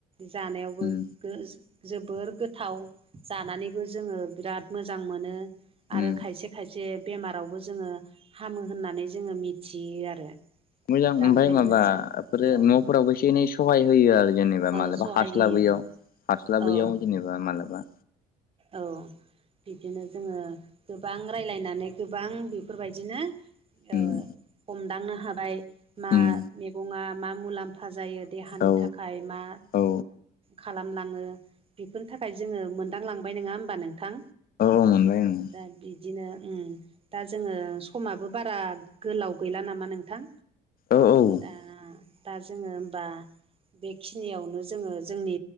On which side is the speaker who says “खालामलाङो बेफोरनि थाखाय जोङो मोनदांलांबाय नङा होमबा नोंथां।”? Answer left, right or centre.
Right